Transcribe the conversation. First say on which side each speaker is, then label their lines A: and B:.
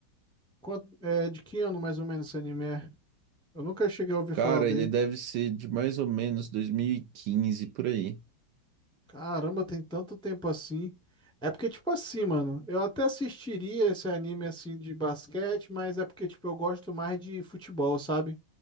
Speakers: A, in the centre; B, on the right.
A: Quanto, é de que ano mais ou menos esse anime é? Eu nunca cheguei a ouvir
B: Cara,
A: falar dele.
B: ele deve ser de mais ou menos 2015 por aí.
A: Caramba, tem tanto tempo assim. É porque, tipo assim, mano, eu até assistiria esse anime assim de basquete, mas é porque, tipo, eu gosto mais de futebol, sabe?